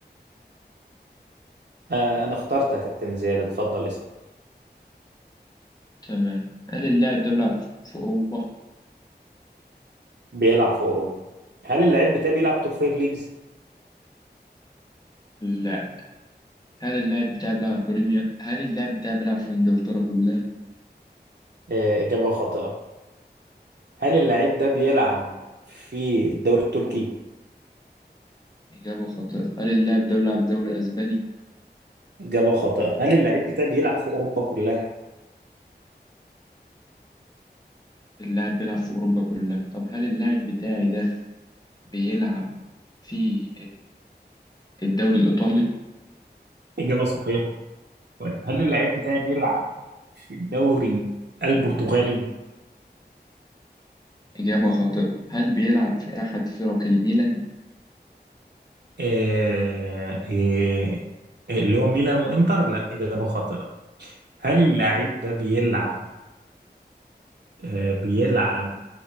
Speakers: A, on the right; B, on the left.
A: آه انا اخترت يا كابتن زياد اتفضل اسال
B: تمام هل اللاعب ده بيلعب في أوروبا؟
A: بيلعب في اوروبا هل اللاعب بتاعي بيلعب توب فايف ليجز
B: لا هل اللاعب بتاعي بيلعب بريمير؟ هل اللاعب بتاعي بيلعب في إنجلترا كلها؟
A: آه اجابه خاطئه هل اللاعب ده بيلعب في الدوري التركي
B: إجابة خاطئة هل اللاعب ده بيلعب دوري أسباني؟
A: اجابه خاطئه هل اللاعب بتاعي بيلعب في اوروبا كلها
B: اللاعب بيلعب في أوروبا كلها طب هل اللاعب بتاعي ده بيلعب في آه، الدوري الإيطالي؟
A: اجابه صحيحه طيب هل اللاعب بتاعي بيلعب في الدوري البرتغالي
B: إجابة خاطئة هل بيلعب في أحد فرق الميلان؟
A: آه آه آه، اللي هو ميلان وانتر لا اجابه خاطئه هل اللاعب ده بيلعب آه بيلعب